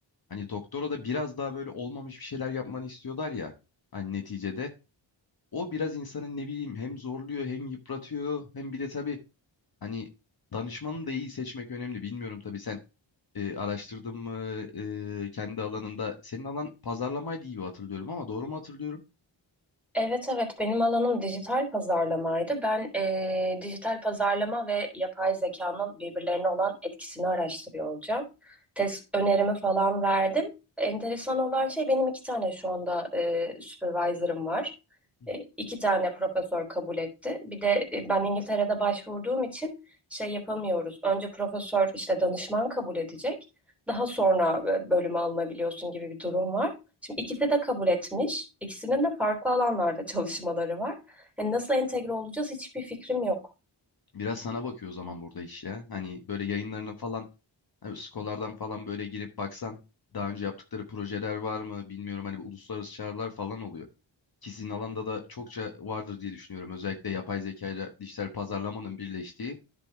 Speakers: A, on the left; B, in the centre.
A: hani doktora da biraz daha böyle olmamış bir şeyler yapmanı istiyorlar ya. Hani neticede O biraz insanın ne bileyim hem zorluyor hem yıpratıyor hem bir de tabii hani danışmanı da iyi seçmek önemli. Bilmiyorum tabii sen e, araştırdın mı e, kendi alanında. Senin alan pazarlamaydı gibi hatırlıyorum ama doğru mu hatırlıyorum?
B: Evet evet benim alanım dijital pazarlamaydı. Ben eee, dijital pazarlama ve yapay zekanın birbirlerine olan etkisini araştırıyor olacağım. Test önerimi falan verdim. Enteresan olan şey benim iki tane şu anda eee supervisor'ım var.
A: Hı.
B: E, iki tane profesör kabul etti. Bir de e, ben İngiltere'de başvurduğum için şey yapamıyoruz. Önce profesör işte danışman kabul edecek. Daha sonra e, bölüme alınabiliyorsun gibi bir durum var. Şimdi ikisi de kabul etmiş. İkisinin de farklı alanlarda çalışmaları var. Yani nasıl entegre olacağız hiçbir fikrim yok.
A: Biraz sana bakıyor o zaman burada iş ya. Hani böyle yayınlarını falan hani Skolar'dan falan böyle girip baksan daha önce yaptıkları projeler var mı bilmiyorum hani bu uluslararası çağrılar falan oluyor. Ki sizin alanda da çokça vardır diye düşünüyorum. Özellikle yapay zeka ile dijital pazarlamanın birleştiği